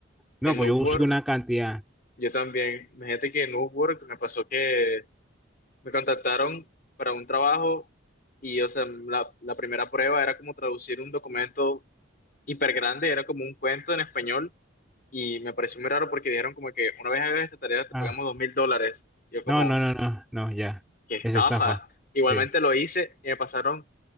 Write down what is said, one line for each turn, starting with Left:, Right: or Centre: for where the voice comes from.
Centre: No,
Left: En
Centre: pues
Left: Upwork,
Centre: yo busco una cantidad.
Left: yo también. Imagínate que en Upwork me pasó que me contactaron para un trabajo y, o sea, la, la primera prueba era como traducir un documento hiper grande, era como un cuento en español y me pareció muy raro porque dijeron como que una vez hagas esta tarea te
Centre: Ah,
Left: pagamos dos mil dólares. Yo como,
Centre: no, no, no, no, no, ya.
Left: qué estafa.
Centre: Es estafa.
Left: Igualmente
Centre: Sí.
Left: lo hice y me pasaron